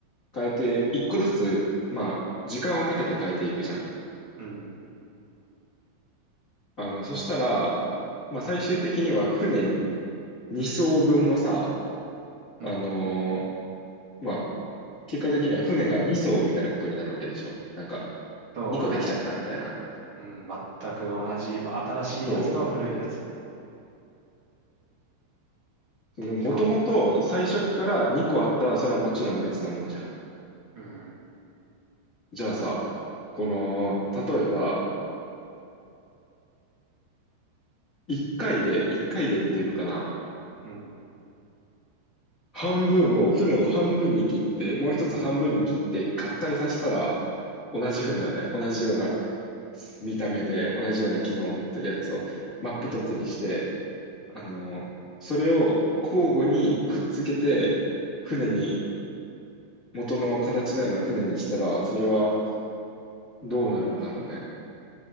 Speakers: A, on the left; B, on the right.
A: 変えて、一個ずつ、まあ、時間をかけて変えていくじゃん。
B: うん。
A: あの、そしたら、まあ、最終的には船2艘分のさ、
B: うん。
A: あのーまあ、結果的には船が2艘みたいなことになるわけでしょなんか、
B: そうだね。
A: 2個できちゃったみたいな。
B: うん。全く同じ。新しいやつと古いやつ
A: そう。その、
B: で2個。
A: もともと最初から2個あったら、それはもちろん別のものじゃん。
B: うん。
A: じゃあさ、この、例えば、1回で、1回でっていうのかな
B: うん。
A: 半分を、船を半分に切って、もう一つ半分に切って合体させたら、同じ船をね、同じような見た目で、同じような機能を持ってるやつを真っ二つにして、
B: うん。
A: あの、
B: うん。
A: それを交互にくっつけて、船に、元の形のような船にしたら、それはどうなるんだろうね。